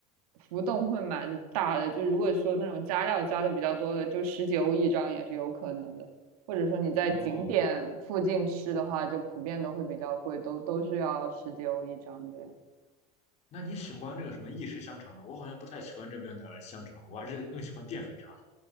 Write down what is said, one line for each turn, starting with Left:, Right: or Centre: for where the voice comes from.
Right: 浮动会蛮大的。就如果说那种加料加的比较多的，就十几欧一张也是有可能的。或者说你在景点附近吃的话，
Left: 哦，
Right: 就普遍都会比较贵，都都是要十几欧一张这样。
Left: 那你喜欢这个什么意式香肠吗？我好像不太喜欢这边的香肠，我还是更喜欢淀粉肠。